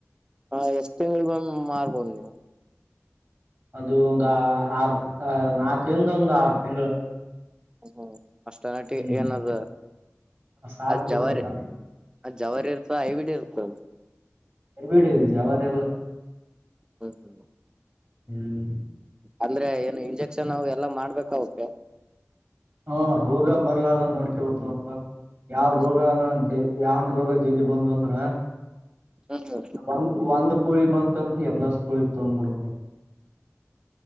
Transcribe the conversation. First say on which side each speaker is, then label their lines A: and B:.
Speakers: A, on the right (about 15°); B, on the right (about 50°).
A: ಹ ಎಷ್ಟ್ ತಿಂಗಳಿಗೊಮ್ಮೆ ಮಾರ್ಬೋದು ನೀವು
B: ಅದು ಒಂದು ಆರ್ ನಾಕರಿಂದ ಒಂದು ಆರು ತಿಂಗಳು.
A: ಹಾ ಅಷ್ಟ ನಾಟಿಗೆ
B: ಹ್ಮ್
A: ಏನದ
B: ಸಾಕ್ಬೇಕ
A: ಅದ್ ಜವಾರಿ
B: ಅದಕಬಿಡಿ
A: ಅದ ಜವರಿ ಇರ್ತ ಐವಿಡಿ ಅದು ಹೌ
B: ಅರಬಿಡಿ ಜವರಿ ಎಲ್ಲ
A: ಹ್ಮ್ ಹ್ಮ್
B: ಹ್ಮ್
A: ಅಂದ್ರೆ ಏನು ಇಂಜೆಕ್ಷನ್ ಎಲ್ಲಾ ಮಾಡ್ಬೇಕ ಅವಕೆ
B: ಹ ರೋಗ ಬರ್ಲದಂಗ ನೋಡ್ಕಯಬಕ ನೋಡಪಾ ಯಾವ್
A: ಹ್ಮ್
B: ರೋಗನ ದ ಯಾವನ್ ರೋಗ ಜಲ ಬಂದ ಅಂದ್ರ
A: ಹ್ಮ್ ಹ್ಮ್
B: ಬ ಒಂದ್ ಕೋಳಿ ಬಂತ ಅಂದ್ರ ಎಲ್ಲ ಕೋಳಿ ತಗ್ಬಿಡತ್ತೆ